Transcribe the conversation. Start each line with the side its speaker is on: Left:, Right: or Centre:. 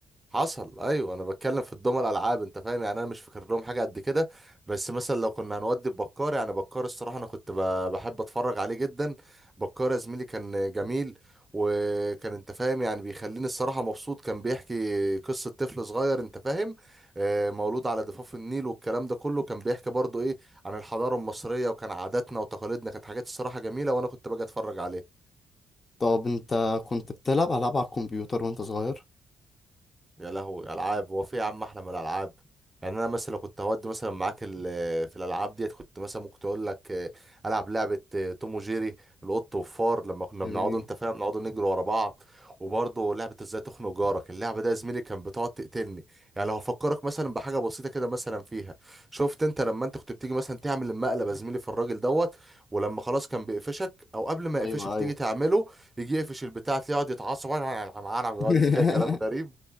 Right: حصل ايوه انا بتكلم في الدول الالعاب انت فاهم يعني انا مش فاكر لهم حاجه قد كده بس مثلا لو كنا هنودي بكار يعني بكار الصراحه انا كنت ب- بحب اتفرج عليه جدا بكار يا زميلي كان جميل وكان انت فاهم يعني بيخليني الصراحه مبسوط كان بيحكي قصه طفل صغير انت فاهم آه، مولود على ضفاف النيل والكلام ده كله كان بيحكي برضو ايه عن الحضاره المصريه وكان عاداتنا وتقاليدنا كانت حاجات الصراحه جميله وانا كنت باجي اتفرج عليه
Left: طب انت كنت بتلعب العاب على الكمبيوتر وانت صغير
Right: يا لهوي العاب هو في يا عم احلى من الالعاب يعني انا مثلا لو كنت هودي مثلا معاك ال- في الالعاب ديت كنت مثلا ممكن تقول لك آه، العب لعبه آه، توم وجيري القط والفار لما كنا
Left: جميل
Right: بنقعد انت فاهم نقعد نجري ورا بعض وبرضه لعبه ازاي تخنق جارك اللعبه ده يا زميلي كان بتقعد تقتلني يعني لو هفكرك مثلا بحاجه بسيطه كده مثلا فيها شفت انت لما انت كنت بتيجي مثلا تعمل المقلب يا زميلي في الراجل دوت ولما خلاص كان بيقفشك او قبل ما يقفشك
Left: ايوه
Right: تيجي
Left: ايوه
Right: تعمله يجي يقفش البتاع تلاقيه يقعد يتعصب <laughs> يقعد
Left: <laughs>
Right: كده كلام غريب